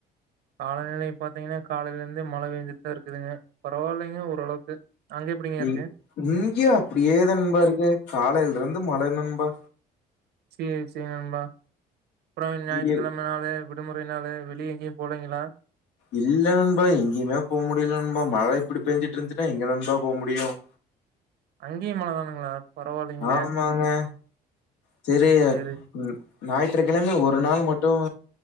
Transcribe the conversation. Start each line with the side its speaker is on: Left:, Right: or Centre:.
Right: காலநிலை பார்த்தீங்கன்னா காலையில இருந்தே மழை பெய்ஞ்சிட்டுதான் இருக்குங்க பரவாயில்லைங்க ஓரளவுக்கு அங்க எப்படிங்க
Left: இ
Right: இருக்கு
Left: இங்கயோம் அப்டியே தா நண்பா இருக்கு காலையில இருந்து மழை நண்பா
Right: சேரி சேரி நண்பா அப்புறம்
Left: இங்கயு
Right: ஞாயிற்றுக்கிழமை னால விடுமுறையினால வெளிய எங்கயும் போலைங்களா
Left: இல்ல நண்பா எங்கேயுமே போக முடியல நண்பா மழை இப்படி பெஞ்சுட்டு இருந்துன்னா எங்ங நண்பா போக முடியும்
Right: அங்கே யும் மலை தானுங்களா பரவாயில்லைங்களே
Left: ஆமாங்க <unintelligible>
Right: சரி
Left: ஞாயிற்றுக்கிழமை ஒரு நாள் மட்டும்